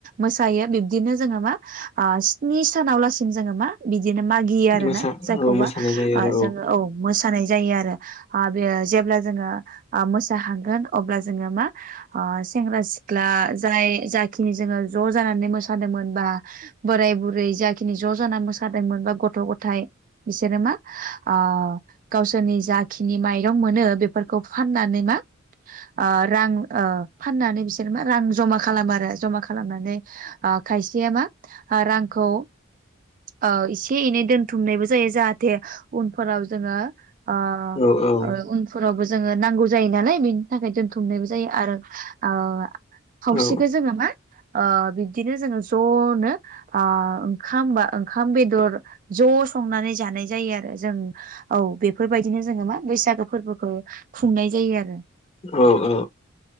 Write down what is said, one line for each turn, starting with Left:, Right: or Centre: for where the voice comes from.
Right: मोसायो बिब्दिनो जोङो मा? आ स्नी सानाव लासिम जोङो मा? बि दिनो मागियो आरो
Left: मोसा
Right: ना। जायखौबा
Left: औ मोसानाय जायो
Right: ओ
Left: आरो
Right: जोङो औ मोस सानाय जायो आरो आ बेयो जेब्ला जोङो आ मोसाहांगोन अब्ला, जोङो मा? अ सेेंग्रा सिख्ला। जाय जाखिनि जोङो ज' जानानै मोसादोंमोन बा बोराय बु रै जाखिनि ज'जाना मोसादोंमोन बा गथ' गथाइ बिसोरो मा? आ गावसोरनि जाखिनि माइरं मोनो बेफोरखौ फाननानै मा? आ रां ओ, फाननानै बिसोर मा? रां जमा खालामो आरो। जमा खालामनानै आ खायसेया मा? आ रां खौ ओ एसे एनै दोनथुमनायबो जायो जाहाथे उनफोराव जोङो आ
Left: औ औ
Right: ओ उनफोरावबो जोङो नांगौ जायो नालाय बेनि थाखाय दोनथुमनायबो जायो आरो। ओ खावसेखो
Left: औ
Right: जोङो मा ओ बिब्दिनो जोङो ज'नो आ ओंखाम बा ओंखाम बेदर ज' संनानै जानाय जायो आरो जों औ बेफोरबायदिनो जोङो मा बैसागो फोरबोखो खुंनाय जायो आरो
Left: औ औ औ